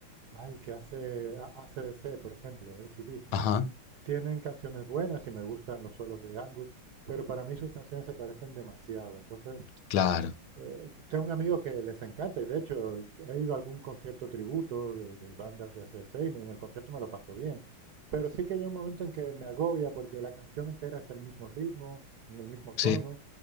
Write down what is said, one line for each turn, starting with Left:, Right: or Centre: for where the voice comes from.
Right: Ay, que hace a- ACDC, por ejemplo, AC/DC.
Left: Ajá,
Right: Tienen canciones buenas y me gustan los solos de Angus, pero para mí sus canciones se parecen demasiado. Entonces,
Left: claro,
Right: Eh, tengo un amigo que les encanta y de hecho he ido a algún concierto tributo de, de bandas de ACDC y me- en el concierto me lo paso bien. Pero sí que hay un momento en que me agobia porque la canción entera es el mismo ritmo, en el mismo tono,
Left: sí,